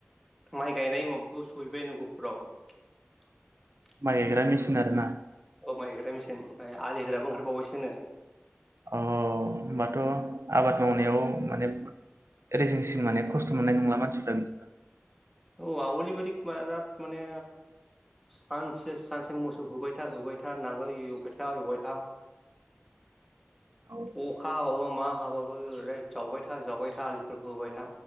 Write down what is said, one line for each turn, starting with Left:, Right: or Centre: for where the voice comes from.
Centre: माइ गायनाय <unintelligible>
Right: माइ गायग्रा मेसिन आरो ना?
Centre: औ माइ गायग्रा मेसिन आलि होग्राबो ओंखारबावबायसोनो
Right: अ होमबाथ' आबाद मावनायाव माने रेजेंसिन माने खस्थ' मोननाय नंला मानसिफ्रा बिदि
Centre: औ आवलि बादि बिराद माने सानसे सानसे मोसौ होबाय था होबाय था नांगोल एवबाय था एवबाय था
Right: औ
Centre: अखा हाबाबो मा हाबाबो ओरोद जावबाय था जावबाय था आलिफोरखौ खोबाय था